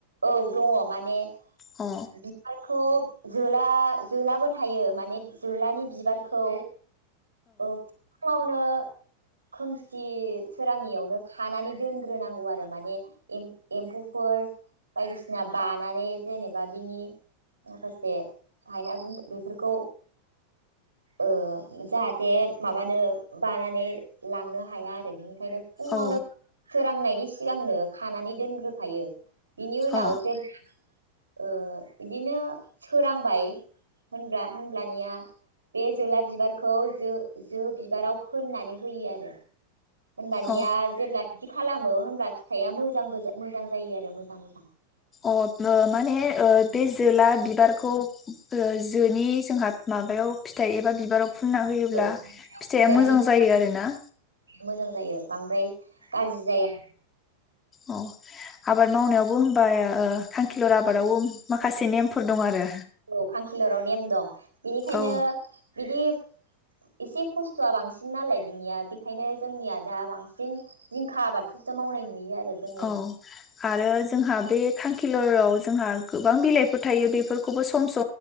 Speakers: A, on the right; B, on the left.
A: औ दङ माने
B: अ
A: बिबारखौ जोला जोलाबो थायो माने जोलानि बिबारखौ औ। खौनो खोमसि सोराङियावनो खानानै दोनग्रोनांगौ आरो माने एम-एम्फौफोर बायदिसिना बानानै जेनेबा बिनि माखासे हायना गुनद्रा बेफोरखौ ओ जाहाथे माबानो बानानै लांनो हाया आरो बेनि ओंखायनो फुङावनो
B: औ
A: सोरांनायनि सिगांनो खानानै दोनग्रो खायो। बिनि उनाव
B: अ
A: जेब्ला ओ बिदिनो सोरांबाय होनबा होनब्लानिया बे जोला बिबारखौ जो जो बिबाराव फोननानै होयो आरो। होमबानिया
B: अ
A: जेब्ला बिदि खालामो होनबब्ला फिथाइआ मोजांबो मोजां जायो आरो। <unintelligible>
B: अ माने ओ बे जोला बिबारखौ ओ जोनि जोंहा माबायाव फिथाइ एबा बिबाराव फुनना होयोब्ला
A: औ
B: फिथाइया
A: बिबारनि
B: मोजां
A: बिलाइया
B: जायो आरो ना?
A: मोजां जायो। बांद्राय गाज्रि जाया।
B: अ आबाद मावनायावबो होनबा ओ खांखिलर आबादावबो माखासे नेमफोर दं आरो।
A: औ खांखि किलराव नेम दं बिनिखायनो
B: औ
A: बिदि एसे खस खस्थआ बांसिन नालाय बिनिया ओंखायनो जोंनिया दा बांसिन जिंखा आबादखौसो मावनाय नुयो आरो जोंनि
B: औ आरो जोंहा बे किलराव जोंहा गोबां बिलाइफोर थायो बेफोरखौबो सम सम